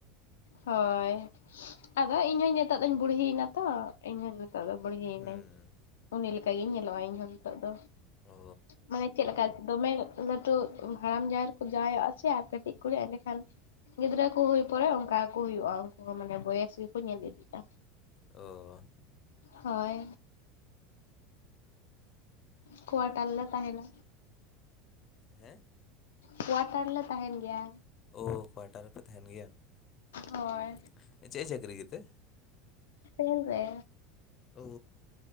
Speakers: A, on the left (about 80°); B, on the left (about 40°).
A: ᱦᱳᱭ, ᱟᱫᱚ ᱤᱧ ᱦᱚᱧ ᱧᱤᱛᱚᱜ ᱫᱚᱧ ᱵᱩᱲᱦᱤᱭ ᱮᱱᱟ ᱛᱚ᱾ ᱤᱧᱦᱚ ᱱᱤᱛᱚᱜ ᱫᱚ ᱵᱩᱲᱦᱤᱭᱱᱟᱹᱧ᱾
B: ᱦᱩᱸ
A: ᱩᱱᱤ ᱞᱮᱠᱟᱜᱤᱧ ᱧᱮᱞᱚᱜᱼᱟ ᱤᱧ ᱦᱚᱸ ᱱᱤᱛᱚᱜ ᱫᱚ᱾
B: ᱳ
A: ᱢᱟᱱᱮ ᱪᱮᱫ ᱞᱮᱠᱟ ᱫᱚᱢᱮ ᱞᱟᱹᱴᱩ ᱦᱟᱲᱟᱢ ᱡᱟᱶᱟᱭ ᱨᱮᱠᱚ ᱡᱟᱶᱟᱭᱚᱜᱼᱟ ᱥᱮ ᱟᱨ ᱠᱟᱹᱴᱤᱡ ᱠᱩᱲᱤ ᱮᱸᱰᱮ ᱠᱷᱟᱱ ᱜᱤᱫᱽᱨᱟᱹ ᱠᱚ ᱦᱩᱭ ᱯᱚᱨᱮ ᱚᱱᱠᱟ ᱜᱮᱠᱚ ᱦᱩᱭᱩᱜᱼᱟ ᱩᱱᱠᱩ ᱦᱚᱸ ᱢᱟᱱᱮ ᱵᱚᱭᱮᱥ ᱜᱮᱠᱚ ᱧᱮᱞ ᱤᱫᱤᱜᱼᱟ᱾
B: ᱚ᱾
A: ᱦᱳᱭ᱾ ᱠᱚᱣᱟᱴᱟᱨ ᱞᱮ ᱛᱟᱦᱮᱱᱟ᱾
B: ᱦᱮᱸ?
A: ᱠᱚᱣᱟᱴᱟᱨ ᱞᱮ ᱛᱟᱦᱮᱱ ᱜᱮᱭᱟ᱾
B: ᱚ ᱠᱚᱣᱟᱴᱟᱨ ᱨᱮᱯᱮ ᱛᱟᱦᱮᱱ ᱜᱮᱭᱟ,
A: ᱦᱳᱭ
B: ᱦᱩᱸ ᱪᱮᱫ-ᱮ ᱪᱟᱹᱠᱨᱤ ᱜᱮᱛᱮ?
A: ᱨᱮᱞ ᱨᱮ᱾
B: ᱚ,